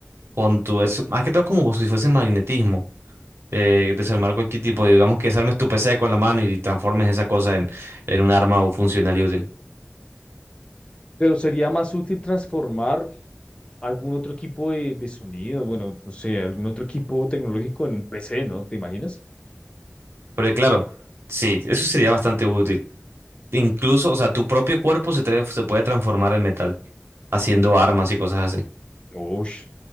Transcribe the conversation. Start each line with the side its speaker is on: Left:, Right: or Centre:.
Right: con tu... Es, más que todo como si fuese magnetismo. Eh, desarmar cualquier tipo, digamos que desarmes tu PC con la mano y transformes esa cosa en, en un arma o funcional y útil.
Left: Pero sería más útil transformar. algún otro equipo de, de sonido, bueno, no sé, algún otro equipo tecnológico en un PC, ¿no? ¿Te imaginas?
Right: Porque claro, sí, eso sería bastante útil. Incluso, o sea, tu propio cuerpo se, tra- se puede transformar en metal, haciendo armas y cosas así.
Left: Uy,